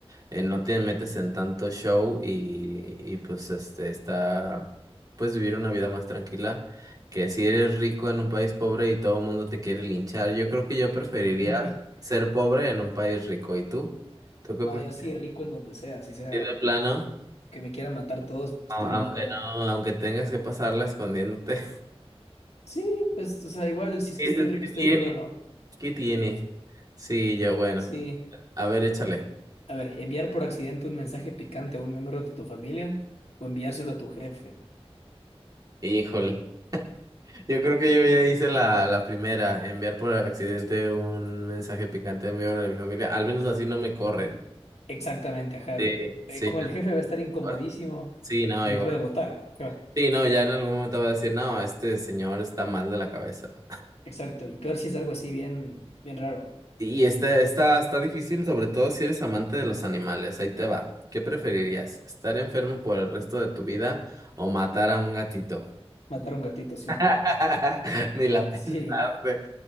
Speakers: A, on the right; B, on the left.
A: eh, no te metes en tanto show y, y pues este, está, puedes vivir una vida más tranquila que si eres rico en un país pobre y todo el mundo te quiere linchar. Yo creo que yo preferiría
B: <laughs>
A: ser pobre en un país rico. ¿Y tú? ¿Tú qué
B: No,
A: prefieres
B: yo sí rico en donde sea, así sea
A: de plano?
B: que me quieran matar todos, pero estoy
A: A-
B: mejor.
A: Aunque no, aunque tengas que pasarla escondiéndote.
B: Sí, pues, o sea, igual
A: <laughs>
B: si es
A: Dices,
B: que estoy rico,
A: ¿qué
B: estoy
A: tiene?
B: mejor, ¿no?
A: ¿Qué tiene? Sí, yo, bueno,
B: Sí.
A: a ver, échale.
B: A ver, enviar por accidente un mensaje picante a un miembro de tu familia o enviárselo a tu jefe.
A: Híjole, yo creo que yo ya hice la, la primera, enviar por accidente un mensaje picante de mi hora de mi familia, al menos así no me corren.
B: Exactamente, ajá.
A: Sí, sí,
B: Eh, con el
A: no,
B: jefe va a estar incomodísimo
A: bueno, sí, no,
B: y
A: igual.
B: me puede votar. Ajá.
A: Sí, no, ya en algún momento va a decir, no, este señor está mal de la cabeza.
B: Exacto. Y peor si es algo así bien, bien raro.
A: Y está, está, está difícil, sobre todo si eres amante de los animales. Ahí te va. ¿Qué preferirías? ¿Estar enfermo por el resto de tu vida o matar a un gatito?
B: Matar a un gatito simple.
A: <laughs> Ni la pensaste.
B: Sí,